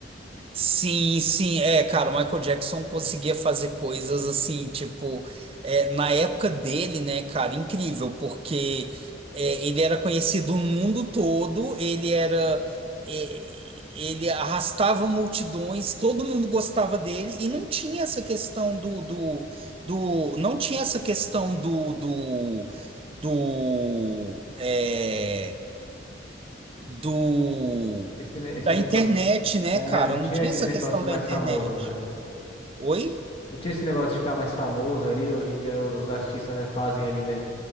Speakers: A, on the right (about 30°); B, on the left (about 30°).
A: Sim, sim, é, cara, o Michael Jackson conseguia fazer coisas assim, tipo, é, na época dele, né, cara, incrível, porque é, ele era conhecido no mundo todo, ele era, é, ele arrastava multidões, todo mundo gostava dele, e não tinha essa questão do, do, do não tinha essa questão do, do, do, é, do
B: Esse, ne-
A: da
B: esse
A: internet,
B: negócio.
A: né,
B: É,
A: cara?
B: não
A: Não
B: tinha
A: tinha
B: esse
A: essa
B: negócio
A: questão da
B: mais
A: internet.
B: famoso, né?
A: Oi?
B: Não tinha esse negócio de ficar mais famoso ali. Hoje em dia os artistas, né, fazem ali, né?